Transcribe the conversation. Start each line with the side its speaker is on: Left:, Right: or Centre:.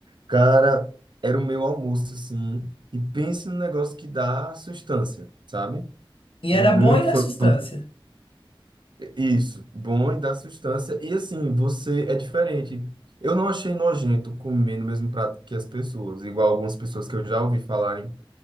Right: Cara, era o meu almoço, assim. E pense num negócio que dá sustância, sabe?
Left: E
Right: É
Left: era
Right: muito
Left: bom e na
Right: fo-
Left: substância.
Right: isso, bom e dá sustância. E assim, você é diferente. Eu não achei nojento comer no mesmo prato que as pessoas, igual algumas pessoas que eu já ouvi falarem